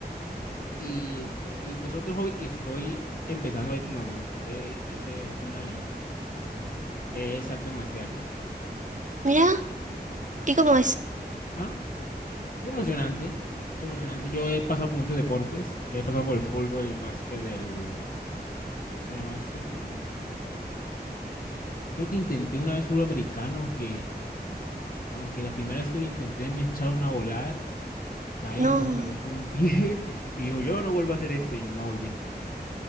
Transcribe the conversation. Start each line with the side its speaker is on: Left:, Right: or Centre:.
Left: Y, y, pues otro hobby que estoy empezando ahorita, no, bueno, empecé hace, hace un año, bastante, es artes marciales.
Right: Mirá, ¿y cómo es?
Left: ¿Ah? Es emocionante, es emocionante. Yo he pasado por muchos deportes, he pasado por el fútbol, el básquet, el... ¿Cómo se llama este otro? Creo que intenté una vez fútbol americano, aunque, aunque la primera vez que lo intenté me echaron a volar, caí,
Right: No.
Left: casi me rompo un pie <laughs> y dijo, yo no vuelvo a hacer esto y no volví.